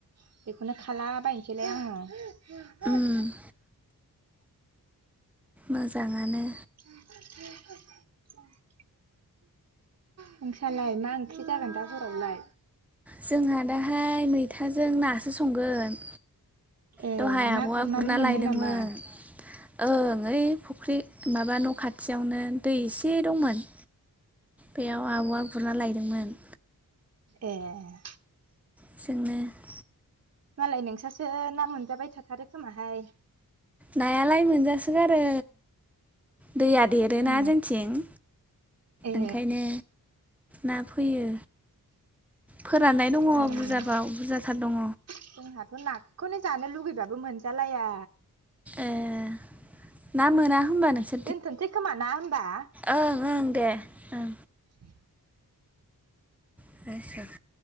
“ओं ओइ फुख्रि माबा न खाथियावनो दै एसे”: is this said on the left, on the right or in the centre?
Centre